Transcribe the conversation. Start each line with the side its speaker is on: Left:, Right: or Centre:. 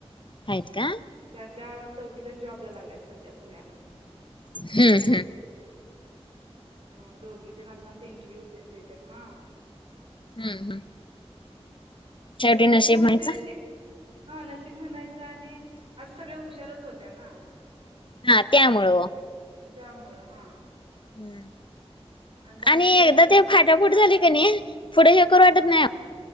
Left: आहेत का
Right: त्यातल्या चौघी जण जॉबला लागल्यात सध्या पुण्याला
Left: हम्म हम्म.
Right: ह दोघी जण अजून अस इंटरव्यू ते न देतात हा.
Left: हम्म हम्म. शेवटी
Right: खरं कसं
Left: नशीब म्हणायचं
Right: म्हणजे हा नशीब म्हणायचं आणि असं सगळ हुशारच होत्या ना.
Left: हा त्यामुळं ओ!
Right: त्यामुळं हा.
Left: हम्म
Right: दहावी
Left: आणि
Right: नववी
Left: एकदा
Right: दहावीला
Left: ते
Right: फक्त
Left: फाटाफुट
Right: क्लास
Left: झाले का नाही पुढे हे करू वाटत
Right: हा
Left: नाही.